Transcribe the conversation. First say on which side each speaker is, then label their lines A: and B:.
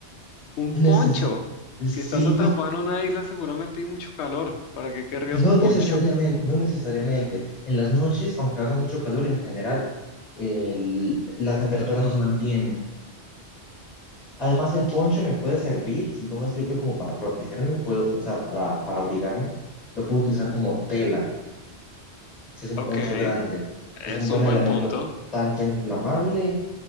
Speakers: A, on the left; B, on the left.
A: Un
B: Necesito,
A: poncho. Si
B: sí,
A: estás atrapado
B: pues
A: en una isla, seguramente hay mucho calor. ¿Para qué querrías
B: No
A: un
B: necesariamente,
A: poncho?
B: no necesariamente. En las noches, aunque haga mucho calor en general, el- la temperatura no se mantiene. Además, el poncho me puede servir, si no me sirve como para protegerme, puedo, o sea, para, para abrigarme, lo puedo utilizar como tela, si es un
A: Ok,
B: poncho grande.
A: es
B: Es un buen
A: un
B: elemento
A: buen punto.
B: tanto inflamable